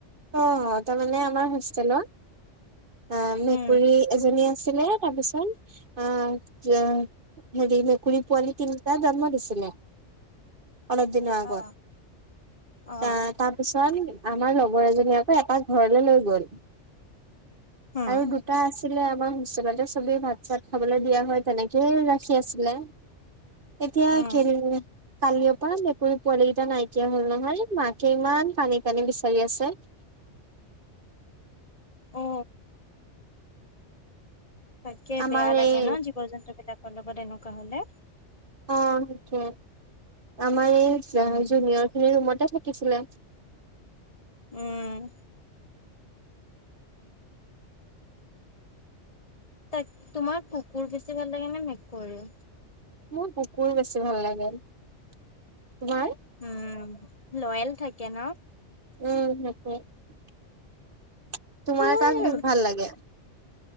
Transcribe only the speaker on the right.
অ তাৰমানে আমাৰ হোষ্টেলৰ অ মেকুৰী
এজনী আছিলে তাৰপিছত অ ছা হেৰি মেকুৰী পুৱালি তিনিটা জন্ম দিছ ছিলে। অলপ দিনৰ আগত,
তা তাৰপিছত আমাৰ লগ কৰিপিনে আকৌ এটাক ঘৰলৈ লৈ গ'ল।
আৰু দুটা আছ টিলে আমাৰ হোষ্টেলতে চবেই ভাত চাত খাবলৈ দিয়া হয় তেনেকেই ৰাখি আছিলে। এতিয়া <unintelligible>
কালিৰ পৰা মেকুৰী পোৱালী কেইটা নাইকিয়া হল নহয় মাকে ইমান কানী কানি বিচাৰি আছে হ
আমাৰ
এই
অ সিকে আমাৰ এই জুনিয়ৰ
খিনিৰ ৰুমতে থাকিছিলে
মোৰ কুকুৰ বেছি ভাল লাগে তোমাৰ
উম সেইটো তোমাৰ
কণ <unintelligible> ব ভাল লাগে